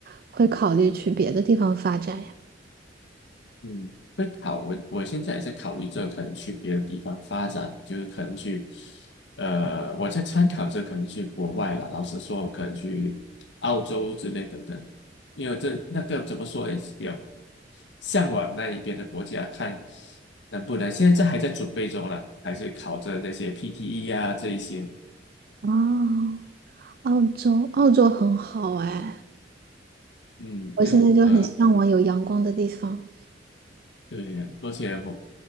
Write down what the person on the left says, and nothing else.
嗯，会考我我现在也在考虑这个可能去别的地方发展，就是可能去，呃，我在参考着可能去国外了。老实说，我可能去澳洲之类等等，因为这那个怎么说也是比较向往那一边的国家，看能不能。现在这还在准备中了，还是考着那些 PTE 啊这一些。
嗯，
没有，呃，对，呀，而且我